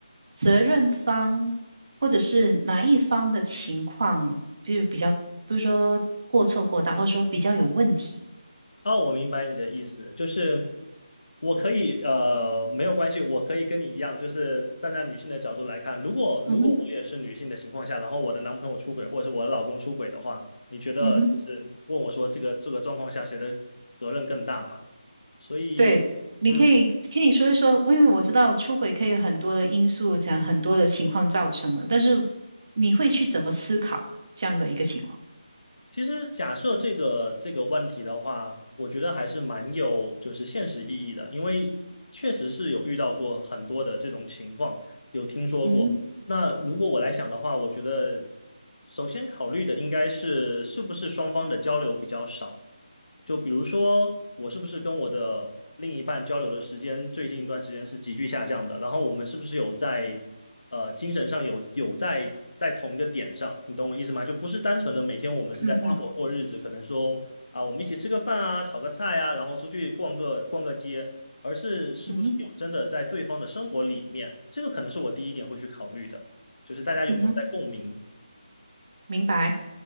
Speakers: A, on the right; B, on the left.
A: 责任方或者是哪一方的情况，就如比较，不是说过错过大，或者说比较有问题？
B: 哦，我明白你的意思，就是我可以，呃，没有关系，我可以跟你一样，就是站在女性的角度来看，如果如果我也是女性的情况下，
A: 嗯哼，
B: 然后我的男朋友出轨或者是我的老公出轨的话，你觉得就是问我说这个这个状况下谁的责任更大嘛？
A: 嗯哼，
B: 所以，
A: 对。你可以可以说一说，
B: 嗯，
A: 因为我知道出轨可以有很多的因素，讲很多的情况造成的，但是你会去怎么思考这样的一个情况？
B: 其实假设这个这个问题的话，我觉得还是蛮有就是现实意义的，因为确实是有遇到过很多的这种情况，有听说过。
A: 嗯哼，
B: 那如果我来想的话，我觉得首先考虑的应该是是不是双方的交流比较少。就比如说，我是不是跟我的另一半交流的时间最近一段时间是急剧下降的？然后我们是不是有在呃精神上有有在在同一个点上？你懂我意思吗？就不是单纯的每天我们是在搭伙过日子，
A: 嗯嗯
B: 可能说啊我们一起吃个饭啊，炒个菜啊，然后出去逛个逛个街。而是是不是有真的在对方的生活里面，
A: 嗯哼，
B: 这个可能是我第一点会去考虑的，就是大家有没有在共鸣。
A: 嗯哼。明白，